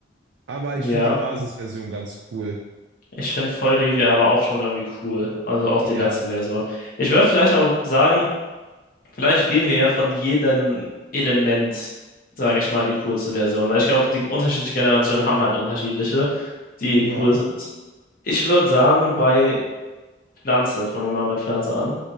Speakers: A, on the right; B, on the left.
A: aber
B: Ja,
A: ich finde die Basisversion ganz cool.
B: ich finde Feurige aber auch schon irgendwie cool. Also auch die
A: Ja.
B: letzte Version. Ich würde vielleicht auch sagen, vielleicht wählen wir ja von jedem Element, sage ich mal, die coolste Version, weil ich glaube, die unterschiedlichen Generationen haben halt unterschiedliche, die
A: Ja,
B: cool sind. Ich würde sagen, bei Pflanze, fangen wir mal mit Pflanze an,